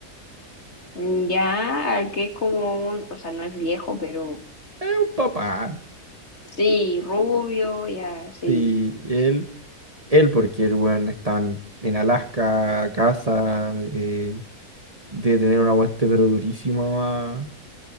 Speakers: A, on the left (about 45°); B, on the right (about 25°).
A: Mm, Ya, que es como un, o sea, no es viejo, pero
B: es un papá.
A: Sí, rubio, ya, sí.
B: Sí, él, él porque el weón está en, en Alaska, casa, eh, debe tener un aguante pero durísimo, ah,